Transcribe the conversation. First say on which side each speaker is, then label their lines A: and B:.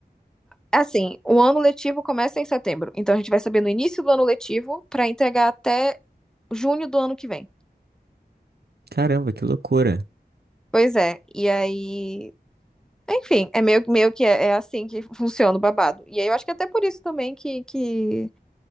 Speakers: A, in the centre; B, on the right (about 70°).
A: Assim, o ano letivo começa em setembro, então a gente vai saber no início do ano letivo pra entregar até junho do ano que vem.
B: Caramba, que loucura.
A: Pois é, e aí Enfim, é meio, meio que é, é assim que funciona o babado. E aí eu acho que é até por isso também que, que